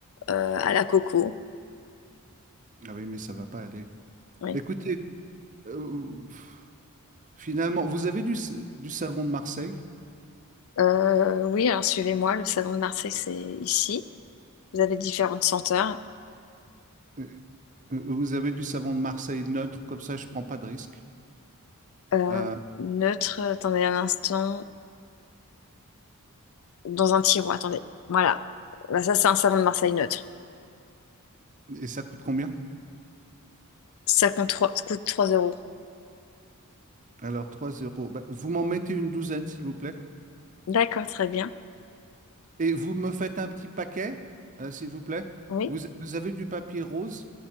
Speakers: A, on the left; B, on the right.
A: euh, à la coco.
B: Ah oui, mais ça va pas aller.
A: Oui.
B: Écoutez, euh, finalement, vous avez du, s- du savon de Marseille?
A: Euh, oui, alors suivez-moi, le savon de Marseille, c'est ici. Vous avez différentes senteurs.
B: Euh, euh, Vous avez du savon de Marseille neutre, comme ça je prends pas de risque.
A: Euh,
B: Euh,
A: neutre, attendez un instant, dans un tiroir, attendez. Voilà. Bah, ça, c'est un savon de Marseille neutre.
B: et ça coûte combien?
A: Ça compte trois- coûte 3 euros.
B: Alors 3 euros. Bah, vous m'en mettez une douzaine, s'il vous plaît.
A: D'accord, très bien.
B: Et vous me faites un petit paquet, euh, s'il vous plaît.
A: Oui,
B: Vous, vous avez du papier rose